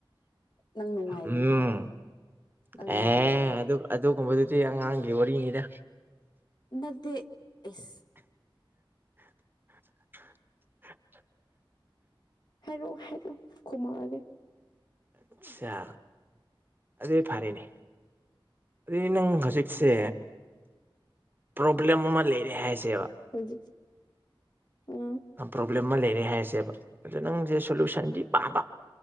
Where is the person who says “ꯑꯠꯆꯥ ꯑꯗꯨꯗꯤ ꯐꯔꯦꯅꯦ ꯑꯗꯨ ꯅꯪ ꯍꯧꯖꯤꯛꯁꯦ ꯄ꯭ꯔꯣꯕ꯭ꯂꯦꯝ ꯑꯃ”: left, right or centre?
Right